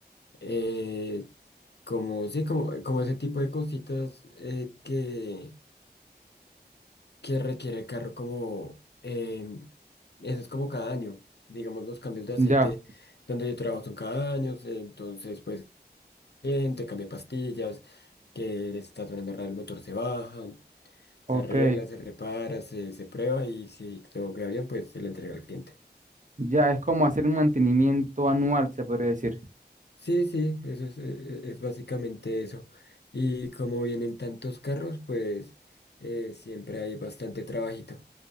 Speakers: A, on the left (about 75°); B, on the right (about 45°).
A: eh, como, sí, como, como ese tipo de cositas eh, que, que requiere el carro como... em, eso es como cada año. Digamos, los cambios de aceite
B: Ya,
A: donde yo trabajo son cada año. Entonces, pues... te cambia pastillas, que está sonando raro, el motor se baja, se
B: ok.
A: arregla, se repara, se, se prueba y si todo queda bien, pues se le entrega al cliente.
B: Ya es como hacer un mantenimiento anual, se podría decir.
A: Sí, sí, eso es, eh, es básicamente eso. Y como vienen tantos carros, pues eh, siempre hay bastante trabajito.